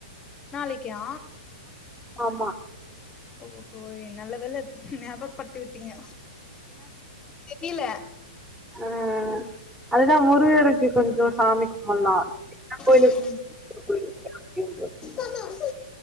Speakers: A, on the left; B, in the centre.
A: நாளைக்கா
B: ஆமா.
A: ஓ எ நல்ல வேல்ல ஞாபக் பட்த்தி விட்டீங்க தெரியில
B: ஈ அதுதா முருகருக்கு கொஞ்சோஒ சாமி கும்புல்லா கோயிலுக்
A: ம்
B: <inaudible>
A: ஆ